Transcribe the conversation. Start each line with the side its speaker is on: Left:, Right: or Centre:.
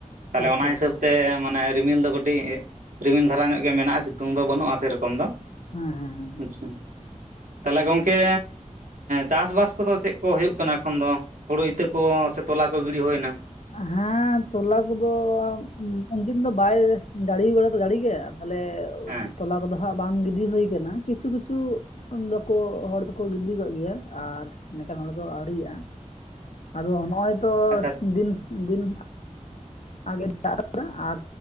Right: ᱛᱟᱦᱚᱞᱮ
Left: ᱟᱪᱪᱷᱟ
Right: ᱚᱱᱟ ᱦᱤᱥᱟᱹᱵ ᱛᱮ ᱢᱟᱱᱮ ᱨᱤᱢᱤᱞ ᱫᱚ ᱠᱟᱹᱴᱤᱡ ᱨᱤᱢᱤᱞ ᱫᱷᱟᱨᱟ ᱧᱚᱜ ᱜᱮ ᱢᱮᱱᱟᱜᱼᱟ᱾ ᱥᱤᱛᱩᱝ ᱫᱚ ᱵᱟᱹᱱᱩᱜᱼᱟ᱾ ᱥᱮᱨᱚᱠᱚᱢ ᱫᱚ
Left: ᱦᱮᱸ ᱦᱮᱸ ᱦᱮᱸ
Right: ᱟᱪᱪᱷᱟ ᱛᱟᱦᱚᱞᱮ ᱜᱚᱝᱠᱮ ᱪᱟᱥᱵᱟᱥ ᱠᱚᱫᱚ ᱪᱮᱫ ᱠᱚ ᱦᱩᱭᱩᱜ ᱠᱟᱱᱟ? ᱦᱩᱭᱩᱜ ᱠᱟᱱᱟ? ᱮᱠᱷᱚᱱ ᱫᱚ ᱦᱳᱲᱩ ᱤᱛᱟᱹ ᱠᱚ ᱥᱮ ᱛᱚᱞᱟ ᱠᱚ ᱜᱤᱰᱤ ᱦᱩᱭᱱᱟ?
Left: ᱦᱮᱸ ᱛᱚᱞᱟ ᱠᱚᱫᱚ ᱩᱱᱫᱤᱱ ᱫᱚ ᱵᱟᱭ ᱫᱟᱲᱮ ᱵᱟᱲᱟᱫᱟ ᱡᱟᱲᱤᱜᱮᱼᱟ᱾ ᱵᱚᱞᱮ
Right: ᱦᱮᱸ
Left: ᱛᱚᱞᱟ ᱠᱚᱫᱚ ᱦᱟᱸᱜ ᱵᱟᱝ ᱜᱤᱰᱤᱤ ᱦᱠ ᱠᱤᱪᱷᱩ ᱠᱤᱪᱷᱩ ᱩᱱ ᱫᱚᱠᱚ ᱦᱚᱲ ᱫᱚᱠᱚ ᱜᱤᱰᱤ ᱠᱟᱜ ᱜᱮᱭᱟ ᱟᱨ ᱱᱠᱟᱱ ᱦᱚᱲ ᱫᱚ ᱟᱹᱣᱨᱤᱭᱟᱜᱼᱟ᱾ ᱟᱫᱚ ᱱᱚᱜ ᱚᱭ ᱛᱚ
Right: ᱟᱪᱪᱷᱟ
Left: ᱫᱤᱱ ᱫᱤᱱ ᱟᱜᱮ ᱫᱟᱜ ᱨᱩᱣᱲᱟ ᱟᱨ